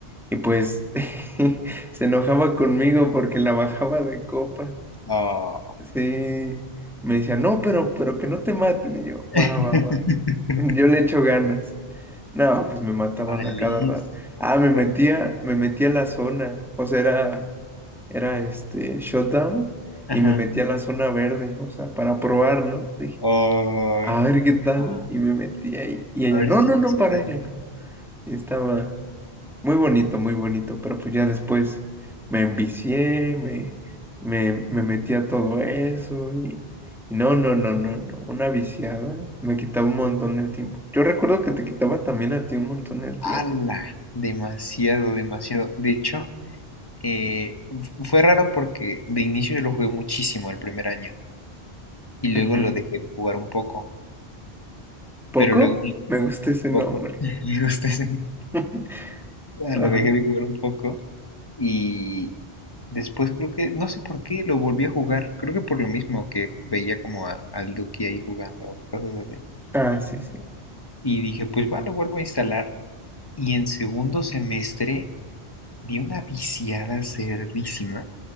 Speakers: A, in the centre; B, on the left (about 20°).
A: y pues <laughs> se enojaba conmigo porque la bajaba de copas.
B: Oh.
A: Sí, me decía, no, pero, pero que no te maten. Y yo,
B: <laughs>
A: va, va, va. <laughs> Yo le echo ganas. No, pues me mataban
B: Malísimo
A: a cada rato. Ah,
B: el
A: me metía,
B: rol.
A: me metía a la zona. O sea, era, era este shutdown
B: Ajá.
A: y me metía a la zona verde. O sea, para probar, ¿no? Dije,
B: Oh,
A: a ver qué tal.
B: Ah,
A: Y me metí ahí. Y ella,
B: a ver
A: no,
B: si
A: no,
B: se
A: no,
B: hace
A: para
B: daño.
A: ello no. Y estaba, muy bonito, muy bonito, pero pues ya después me envicié, me, me, me metí a todo eso y, y no, no, no, no, no, una viciada me quitaba un montón el tiempo. Yo recuerdo que te quitaba también a ti un montón el tiempo.
B: ¡Hala! Demasiado, demasiado. De hecho, eh, f- fue raro porque de inicio yo lo jugué muchísimo el primer año y luego
A: Ujú.
B: lo dejé de jugar un poco,
A: ¿Poco?
B: pero luego un
A: Me gusta ese nombre.
B: poco, <laughs> me gusta ese-
A: <laughs>
B: ah,
A: Ajá.
B: lo dejé de jugar un poco y después creo que, no sé por qué, lo volví a jugar. Creo que por lo mismo que veía como a- al Duki ahí jugando, cosas así.
A: Ah, sí, sí.
B: Y dije, pues va, lo vuelvo a instalar. Y en segundo semestre di una viciada cerdísima,